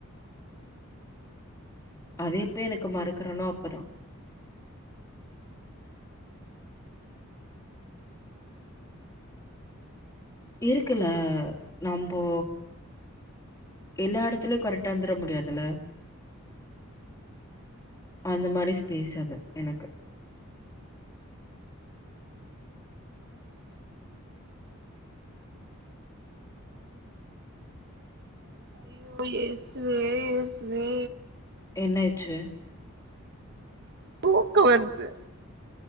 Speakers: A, on the left (about 15°); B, on the right (about 50°).
A: அத எப்ப எனக்கு மறக்குறனோ அப்பதா இருக்குல நம்போ எல்லா எடத்துலையு கரெக்டாருந்துர முடியாதுல்ல அந்த மாரி ஸ்பேஸ் அது எனக்கு
B: ஐயோ ஏசுவே ஏசுவே
A: என்ன ஏச்சுவே
B: தூக்கோ வர்து